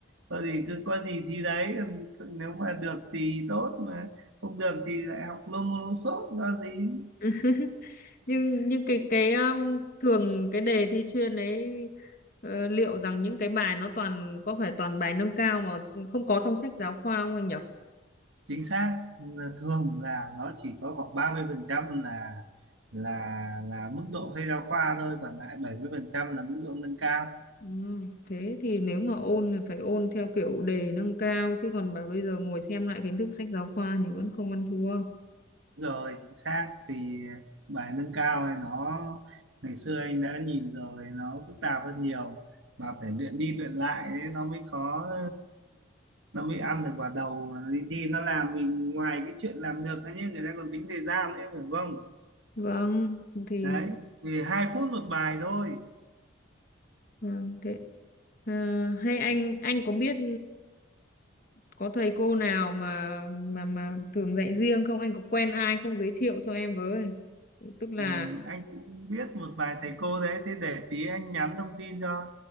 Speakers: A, on the right; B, on the left.
A: thôi thì cứ có gì thi đấy còn cứ- nếu mà được thì tốt mà không được thì lại học lô môn lô sốt lo gì
B: <laughs> nhưng nhưng cái cái um, thường cái đề thi chuyên ấy ờ, liệu rằng những cái bài nó toàn có phải toàn bài nâng cao mà không có trong sách giáo khoa không anh nhỉ
A: chính xác là thường là nó chỉ có khoảng 30 phần trăm là là là mức độ sách giáo khoa thôi còn lại 70 phần trăm là mức độ nâng cao
B: Ừ, thế thì nếu mà ôn thì phải ôn theo kiểu đề nâng cao chứ còn bảo bây giờ ngồi xem lại kiến thức sách giáo khoa thì vẫn không ăn thua.
A: rồi chính xác vì bài nâng cao này nó ngày xưa anh đã nhìn rồi nó phức tạp hơn nhiều mà phải luyện đi luyện lại ấy, nó mới có nó mới ăn được vào đầu mà đi thi nó làm vì ngoài cái chuyện làm được ấy nhé người ta còn tính thời gian nữa phải không
B: Vâng, thì
A: đấy vì hai phút một bài thôi
B: vâng thế. À, hay anh anh có biết có thầy cô nào mà mà mà thường dạy riêng không? Anh có quen ai không giới thiệu cho em với? Tức là
A: ừ, anh cũng biết một vài thầy cô đấy thế để tí anh nhắn thông tin cho